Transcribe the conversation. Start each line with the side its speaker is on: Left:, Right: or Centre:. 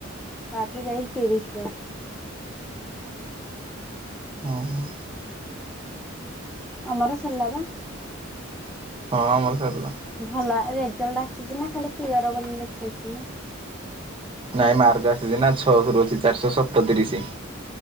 Centre: ତାପରେ ଯାଇ ତିରିଶ ରେ ଅ,
Right: ହଁ।
Centre: ଅମର ସୋଲା ବା।
Right: ହଁ ଆମର ସରିଲା।
Centre: ଭଲ ରେଜଲଟ ଆସିଛି ନା ଖାଲି କ୍ଲିୟର ବୋଲି ଲଖେଇଛି ମୁ।
Right: ନାଇଁ ମାର୍କ ଆସିଛି ନା ଛଅଶରୁ ଅଛି ଚାରିଶହ ସତତିରିଶ।